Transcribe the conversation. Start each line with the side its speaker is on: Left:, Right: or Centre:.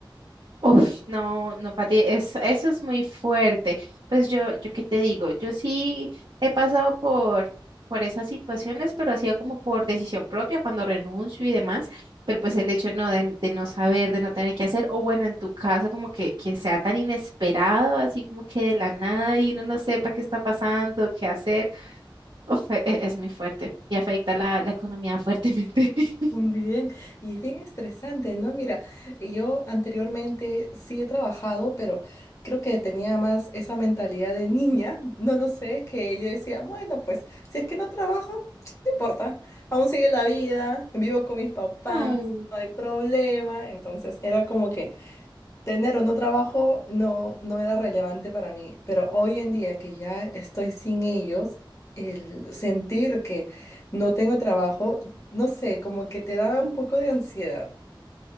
Right: Uf, no, no, Pati, eso, eso es muy fuerte. Pues yo, yo qué te digo, yo sí he pasado por, por esas situaciones, pero hacía como por decisión propia, cuando renuncio y demás, pero pues el hecho no de, de no saber, de no tener que hacer, o bueno, en tu caso, como que, que sea tan inesperado, así como que de la nada y uno no sepa qué está pasando, qué hacer, uf, e- e- es muy fuerte y afecta la, la economía fuertemente. <laughs>
Left: Mm, Bien, y es bien estresante, ¿no? Mira, eh, yo anteriormente sí he trabajado, pero creo que tenía más esa mentalidad de niña, <laughs> no lo sé, que yo decía, bueno, pues si es que no trabajo, no importa, aún sigue la vida, vivo con mis papás,
Right: No.
Left: no hay problema, entonces era como que Tener o no trabajo no, no era relevante para mí, pero hoy en día que ya estoy sin ellos, el sentir que no tengo trabajo, no sé, como que te da un poco de ansiedad.